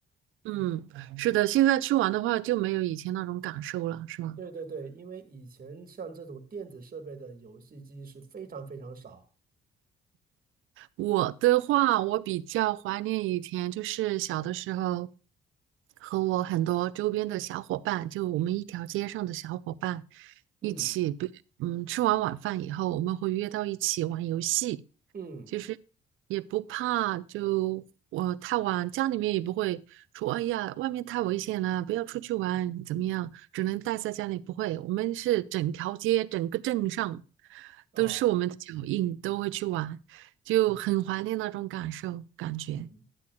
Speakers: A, on the right (about 85°); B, on the right (about 45°).
A: 嗯，是的，现在去玩的话就没有以前那种感受了，是吗？
B: 对对对，因为以前像这种电子设备的游戏机是非常非常少。
A: 我的话，我比较怀念以前，就是小的时候，和我很多周边的小伙伴，就我们一条街上的小伙伴，
B: 嗯
A: 一起，比嗯，吃完晚饭以后，我们会约到一起玩游戏。
B: 嗯
A: 其实也不怕就，我太晚，家里面也不会说，哎呀，外面太危险了，不要出去玩，怎么样？只能待在家里，不会。我们是整条街、整个镇上
B: 啊
A: 都是我们的脚印，都会去玩，就很怀念那种感受感觉。
B: 嗯嗯，